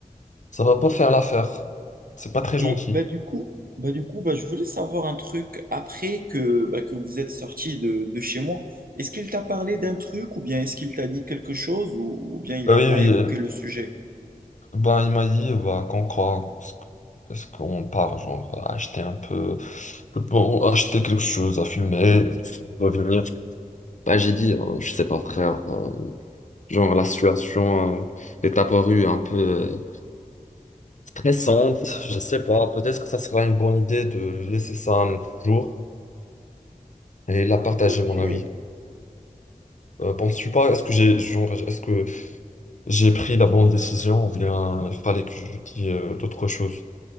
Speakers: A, on the left; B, on the right.
A: ça va pas faire l'affaire. C'est pas très
B: Et
A: gentil.
B: bah, du coup, bah, du coup bah, je voulais savoir un truc après que, bah, que vous êtes sorti de, de chez moi. Est-ce qu'il t'a parlé d'un truc ou bien est-ce qu'il t'a dit quelque chose ou, ou bien il n'a
A: Euh, oui,
B: pas
A: oui,
B: évoqué
A: euh,
B: le sujet?
A: ben, il m'a dit bah, qu'on croit. Est-ce que- est-ce qu'on part, genre, à acheter un peu, bon, acheter quelque chose à fumer, revenir? Ben, j'ai dit, euh, je sais pas, frère. Genre, la situation euh, est apparue un peu euh, stressante. Je sais pas, peut-être que ça sera une bonne idée de laisser ça un autre jour et la partager,
B: Ok,
A: mon avis. Euh, penses-tu pas, est-ce que j'ai, genre, est-ce que j'ai pris la bonne décision ou bien il fallait que je dise euh, d'autres choses?